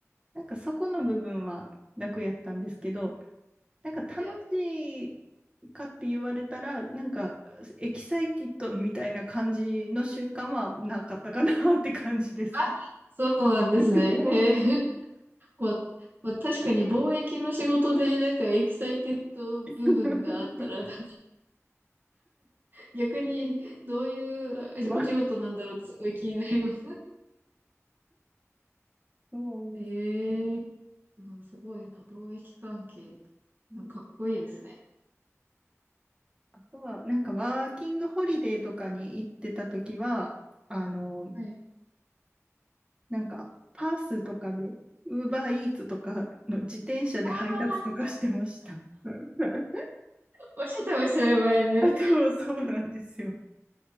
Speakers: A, on the right (about 20°); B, on the right (about 40°).
A: なんかそこの部分は楽やったんですけど、なんか楽しいかって言われたら、
B: はい。
A: なんかエキサイティッドみたいな感じの瞬間はなかったかなって感じです。
B: あ、そうなんですね。
A: <laughs> もう
B: えー <laughs> まあ、まあ、確かに貿易の仕事で、なんかエキサイテッド部分があったら、
A: <laughs>
B: なんか逆にどういうお仕事なんだろうってすごい気になります
A: まあ、そうです
B: ね。ええでもすごいな、貿易関係。
A: ね
B: かっこいいですね。
A: あとは、なんかワーキングホリデーとかに行ってた時は、あの、
B: はい。
A: なんか、パースとかで、ウーバーイーツとかの自転車で配達とかしてました。
B: ああ、
A: <laughs>
B: おっしゃってましたね、前ね。
A: あと、そうなんですよ。